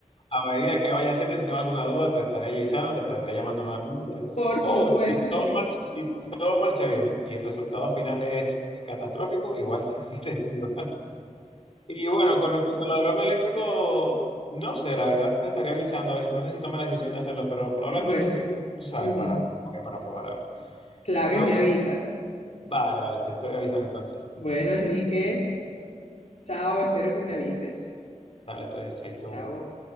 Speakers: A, on the left (about 45°); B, on the left (about 65°).
A: a medida que vaya haciendo, si tengo alguna duda, te estaré avisando, te estaré llamando nuevamente.
B: Por supuesto,
A: O bueno, si
B: Enrique.
A: todo marcha, si todo marcha bien y el resultado final es catastrófico, igual te <laughs> fuiste de vivo. Y bueno, con respecto a lo del horno eléctrico, no sé, la verdad te estaría avisando, a ver, no sé si tome la decisión de hacerlo, pero probablemente
B: Bueno,
A: sí, tú sabes,
B: ujú,
A: para, para probar, a ver.
B: Claro,
A: Pero
B: y me avisas.
A: bueno, vale, vale, te estoy avisando entonces.
B: Bueno, Enrique, chao, espero que me avises.
A: Dale, pues, chaito.
B: Chao.